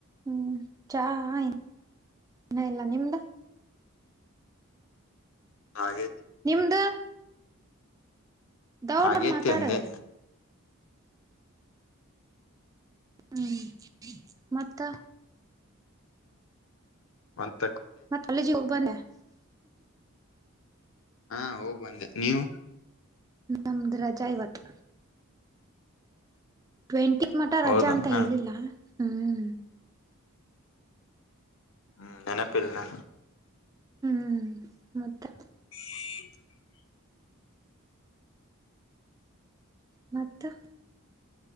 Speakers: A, on the right; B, on the left.
A: ಹ್ಮ್ ಚಾ ಇನ ಇಲ್ಲ ನಿಮ್ದ
B: ಹಾಗೆ
A: ನಿಮ್ದು ದೌಡರ್
B: ಆಗೇತಿ
A: ಮಾತಾಡು
B: ಅಂದೆ
A: ಹ್ಮ್ ಮತ್ತ
B: ವಲ್ಕ್
A: ಮತ್ ಕಾಲೇಜಿಗೆ ಹೋಗ್ಬಂದೆ <inaudible>
B: ಹಾ ಹೋಗ್ಬಂದೆ ನೀವು
A: ನಮ್ದ್ ರಜೆ ಇವತ್ತು ಟ್ವೆಂಟಿತ್ ಮಠ ರಜಾ
B: ಹೌದಾ
A: ಅಂತ
B: ಹಾ
A: ಹೇಳಿಲ್ಲ ಹ್ಮ
B: ಹ್ಮ್ ನೆನಪೇರ್ ನಾನ
A: ಹ್ಮ್ ಮತ್ತೆ
B: <inaudible>
A: ಮತ್ತ